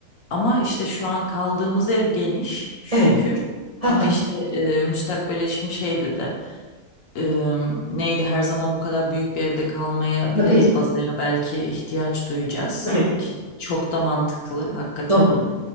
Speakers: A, on the left; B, on the right.
A: Ama işte şu an kaldığımız ev geniş şükür.
B: Evet. <laughs>
A: Ama işte e, müstakbel eşim şey dedi e, neydi her zaman bu kadar büyük bir evde kalmayabiliriz.
B: Tabii,
A: Bazaya belki ihtiyaç duyacağız
B: tabii.
A: ki çok da mantıklı hakikaten.
B: Doğru.